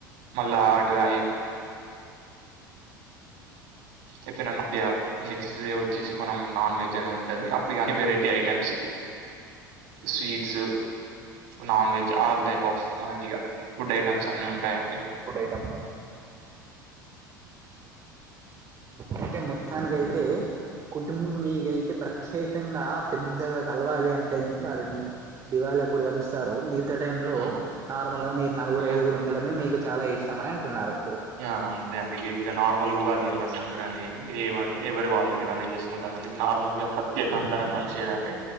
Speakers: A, on the right (about 55°); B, on the right (about 30°).
A: మళ్ళా ఆటు ఐ చెప్పిన మధ్య నెక్స్ట్ డే వచ్చేసి మనం నాన్ వెజ్ అనేది ఉంటది అప్పుడు అన్ని variety items sweets non veg all type of మనకి ఫుడ్ ఐటెమ్స్ అన్ని ఉంటాయండి
B: ఫుడ్ ఐటమ్స్ అన్ని అయితె మొత్తానికైతే కుటుంబం మీకైతే ప్రత్యేకంగా పెద్దగా కలవాలి అంటే గిట్ల పెద్ దివాళి అప్పుడు కలుస్తారు మీ గత టైం లో
A: ఆ
B: నార్మల్ గా మీరు నలుగురు
A: అలాగే.
B: ఐదుగురు ఉండడమే మీకు చాలా ఇష్టమని అంటున్నారు ఇప్పుడు
A: ఆ అంతే అండి ఇగ ఇగ నార్మల్ ఉగాది అయినా సంక్రాంతి అయినా ఏవండి ఎవరి వాళ్ళ ఇంటికనే చేస్ కుంటామండి నార్మల్ గా ప్రత్యేక అందరం కలిసేదంటే